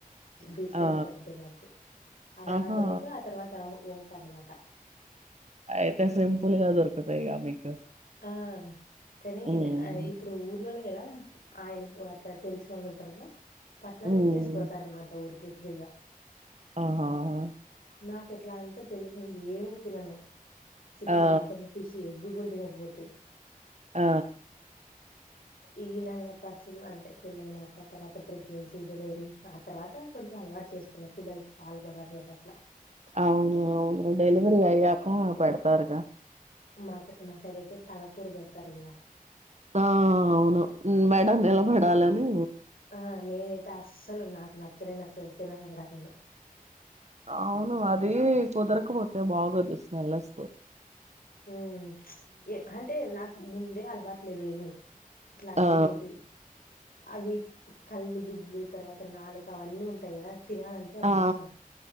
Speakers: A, on the left; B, on the right.
A: డిస్టెన్స్
B: ఆ
A: అంతే మాకు ఆ తర్వాత
B: ఆహా
A: రోడ్డు ఆ తర్వాత కర్మాట
B: అతే సింపల్గా దొరకతుా మీకు
A: ఆ కానీ
B: మ్మ్
A: ఇప్పుడు ఊర్లోనే కదా ఆయనకు అట్లా తెలుసు అనుకుంటారు కదా పట్నంలో
B: మ్మ్
A: ఇచ్చేసి పోతారునమాట ఊరికి ప్రయా
B: ఆహా
A: నాక ఎట్లా అంటే పెళ్ళికి ముందు ఏమి తినను చికెన్
B: ఆ
A: మటన్ పిసి ఎగ్గు కూడా తినకపోతు
B: ఆ
A: ఈనంగా పరిచయం అంటే పెళ్ళైనాక తర్వాత ప్రెగ్నెన్సీ డెలివరీ ఆ తర్వాత కొంచెం అలవాటు చేసుకున్న పిల్లలకి పాల్లు పడారు కదా అట్లా
B: అవును అవును డెలివరీ అయ్యాక పెడతారుగా
A: మాత మా సైడ్ అయితే తలకూరు పెడతారుంగా
B: ఆ అవును బయట నిలబడాలని
A: ఆ నేనైతే అస్సలు నాకు నచ్చనే నచ్చదు తినను యాడా నేను
B: అవును అది కుదరకపోతే బాగోదు స్మెల్ వస్త
A: ఉ ఏ హంటే నాకు ముందే అలవాట్లేదు ఏమి ఇట్లా
B: ఆ
A: తినేటివి అవి కళ్ళు గుడ్లు తర్వాత నాలుకా అవన్నీ ఉంటాయ్ గదా తినాలంటే అమ్మా
B: ఆ